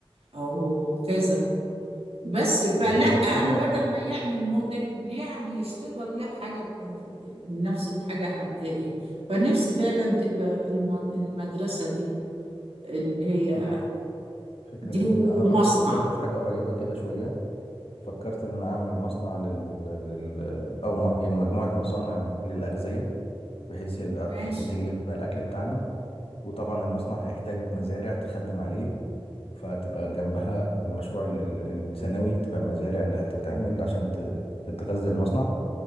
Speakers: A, on the right; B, on the left.
A: أو كذا بس فلا
B: هي
A: أنا
B: الفكره
A: بدل ما يعمل موديل يعني يشتغل لا حاجة في- من نفسه في حاجة حقيقية فنفسي فعلا تبقى الم- المدرسة دي اللي هي
B: طب فكره
A: دي
B: جميله انا
A: ومصنع
B: برضو فكرت في حاجه قريبه كده شويه فكرت ان انا اعمل مصنع لل, لل... او م... يعني مجموعه مصانع للاغذيه بحيث يبقى
A: ماشي
B: ت- تنتج لنا الاكل بتاعنا وطبعا المصنع هيحتاج مزارع تخدم عليه فتبقى جنبها المشروع ال- ال- الثانوي تبقى المزارع اللي هتتعمل عشان ت- تتغذى المصنع